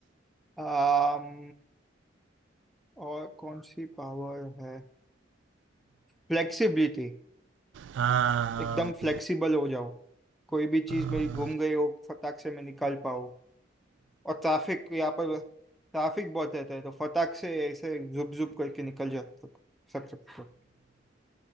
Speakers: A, in the centre; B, on the right.
A: आम, और कौन सी पावर है फ्लेक्सिबिलिटी
B: हाँ हाँ,
A: एकदम फ्लेक्सिबल
B: वो,
A: हो जाओ कोई भी चीज
B: हाँ।
A: मेरी घूम गई हो फटाक से मैं निकाल पाओ और ट्रैफिक यहाँ पर ट्रैफिक बहुत रहता है तो फटाक से ऐसे जुप जुप करके निकल जा सक सकते हो